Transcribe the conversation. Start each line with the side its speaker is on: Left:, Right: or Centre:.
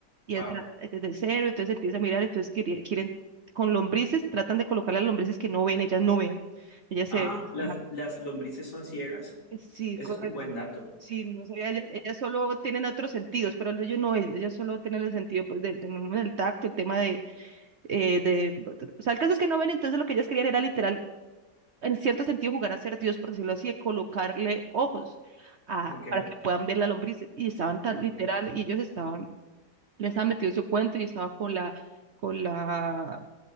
Right: y
Left: wow.
Right: está desde cero, entonces empieza a mirar, entonces quería- quieren, con lombrices, tratan de colocar las lombrices que no ven, ellas no ven, ellas se...
Left: Ah, las,
Right: ajá.
Left: las lombrices son ciegas.
Right: Sí,
Left: Ese
Right: correcto.
Left: es un buen dato.
Right: Sí, no sé, ellas, ellas solo tienen otros sentidos, pero ellos no ven, ellas solo tienen el sentido pues de, de- del tacto, el tema de, eh, de... O sea, el caso es que no ven, entonces lo que ellas querían era literal, en cierto sentido, jugar a ser Dios, por decirlo así, de colocarle ojos a,
Left: Ok,
Right: para que puedan ver las lombrices. Y estaban tan
Left: Ok.
Right: literal, y ellos estaban le estaba metido en su cuento y estaba con la, con la,